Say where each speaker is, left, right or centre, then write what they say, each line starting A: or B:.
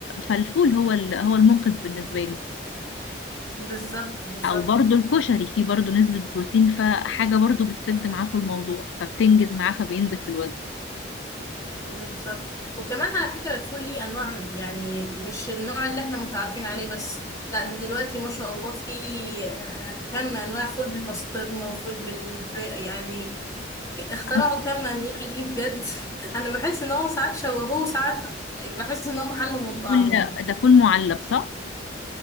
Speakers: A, on the left; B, on the left.
A: فالفول هو ال... هو المنقذ بالنسبة له
B: بالظبط بالظبط
A: أو برضو الكشري فيه برضو نسبة بروتين فحاجة برضو بتسد معاه في الموضوع فبتنجز معاه فبينزل في الوزن
B: بالظبط وكمان على فكرة الفول ليه انواع يعني مش النوع اللي احنا متعارفين عليه بس لا ده دلوقتي ما شاء الله في آه، كم انواع فول بالبسطرمة وفول بالفراخ يعني اخترعوا
A: عايز
B: كم انواع ليه بجد <laughs> انا بحس ان هو ساعات شوهوه وساعات بحس ان هم حلوا من طعمه
A: فول
B: يعني.
A: ده فول معلب صح؟